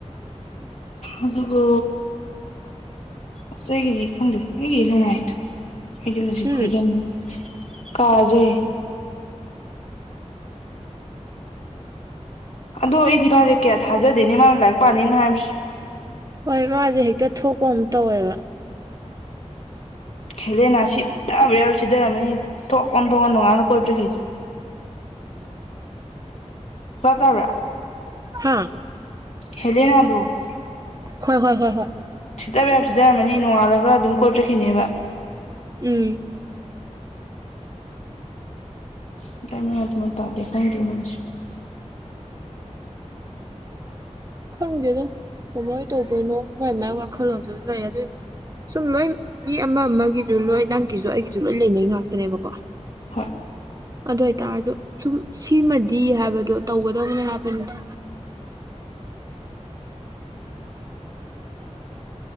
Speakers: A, on the left (about 70°); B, on the right (about 30°).
A: ꯑꯗꯨꯕꯨ ꯑꯁ ꯑꯩꯒꯤꯗꯤ ꯈꯪꯗꯦ ꯑꯩꯒꯤꯗꯤ ꯅꯨꯡꯉꯥꯏ ꯑꯩꯗꯤ ꯍꯧꯖꯤꯛ
B: ꯎꯝ
A: ꯐ꯭ꯔꯤꯗꯝ ꯀꯥꯖꯦ ꯑꯗꯣ ꯑꯩꯗꯤ ꯃꯥꯖꯦ ꯀꯌꯥ ꯊꯥꯖꯗꯦꯅꯦ ꯃꯥꯅ ꯂꯥꯏꯔꯤꯛ ꯄꯥꯅꯤꯅ ꯍꯥꯏꯕꯁ
B: ꯍꯣꯏ ꯃꯥꯖꯦ ꯍꯦꯛꯇ ꯊꯣꯛꯄ ꯑꯃ ꯇꯧꯋꯦꯕ
A: ꯈꯦꯂꯦꯅꯥ ꯁꯤꯗꯥꯕ ꯌꯥꯕ ꯁꯤꯗꯔꯝꯃꯅꯤ ꯊꯣꯛ ꯑꯣꯟꯊꯣꯛꯑ ꯅꯣꯡꯉꯥꯜꯂ ꯀꯣꯏꯕ ꯆꯠꯂꯤ ꯚꯥꯞ ꯇꯥꯕ꯭ꯔꯥ
B: ꯍꯥꯥ
A: ꯍꯦꯂꯦꯅꯥꯗꯣ
B: ꯍꯣꯏ ꯍꯣꯏ ꯍꯣꯏ ꯍꯣꯏ
A: ꯁꯤꯗꯕ ꯌꯥꯕ ꯁꯤꯗꯔꯝꯃꯅꯤ ꯅꯣꯡꯉꯥꯜꯂꯒ ꯑꯗꯨꯝ ꯀꯣꯏꯕ ꯆꯠꯈꯤꯅꯤꯕ
B: ꯎꯝ
A: <unintelligible>
B: ꯈꯪꯗꯦꯗ ꯀꯃꯥꯏ ꯇꯧꯗꯣꯏꯅꯣ ꯃꯥꯏ ꯃꯥꯏ ꯋꯥꯈꯜꯂꯣꯟꯗꯖꯨ ꯂꯩꯔꯦ ꯑꯗꯨꯏꯖꯨ ꯁꯨꯝ ꯂꯣꯏꯝ ꯃꯤ ꯑꯃ ꯑꯃꯒꯤꯖꯨ ꯂꯣꯏ ꯅꯪꯒꯤꯖꯨ ꯑꯩꯒꯤꯖꯨ ꯂꯣꯏ ꯂꯩꯅꯩ ꯉꯥꯛꯇꯅꯦꯕꯀꯣ
A: ꯍꯣꯏ
B: ꯑꯗꯨ ꯑꯣꯏꯇꯥꯔꯖꯨ ꯁꯨꯝ ꯁꯤꯃꯗꯤ ꯍꯥꯏꯕꯗꯣ ꯇꯧꯒꯗꯕꯅꯦ ꯍꯥꯏꯕꯅꯤꯗ